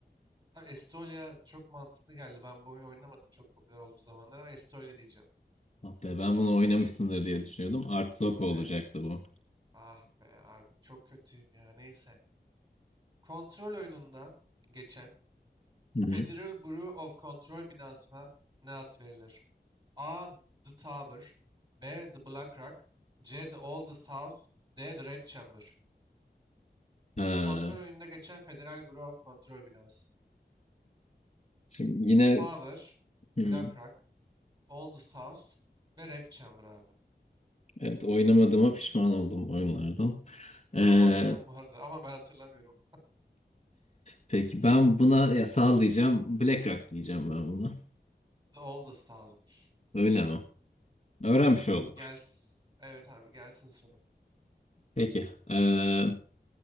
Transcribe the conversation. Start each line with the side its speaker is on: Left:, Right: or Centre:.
Right: Ha, Estolia çok mantıklı geldi. Ben bu oyunu oynamadım çok popüler olduğu zamanlar ama Estolia diyeceğim.
Left: Ah be, ben bunu oynamışsındır diye düşünüyordum. Artsoka olacaktı
Right: Evet.
Left: bu.
Right: Ah be abi çok kötüyüm ya. Neyse. Kontrol oyununda geçen
Left: Hı hı.
Right: Federal Bureau of Control binasına ne ad verilir? A. The Tower B. The Black Rock C. The Oldest House D. The Red Chamber
Left: Ee,
Right: Kontrol oyununda geçen Federal Bureau of Control binası.
Left: şimdi yine
Right: Tower,
Left: hı,
Right: Black Rock, Oldest House ve Red Chamber abi.
Left: evet, oynamadığıma pişman oldum oyunlardan. Ee,
Right: Ben oynadım bu arada ama ben hatırlamıyorum.
Left: peki ben buna ya sallayacağım. Black Rock diyeceğim ben buna.
Right: The Oldest House'muş.
Left: Öyle mi? Öğrenmiş
Right: Aynen abi.
Left: olduk.
Right: Gelsin. Evet abi gelsin soru.
Left: Peki. Ee,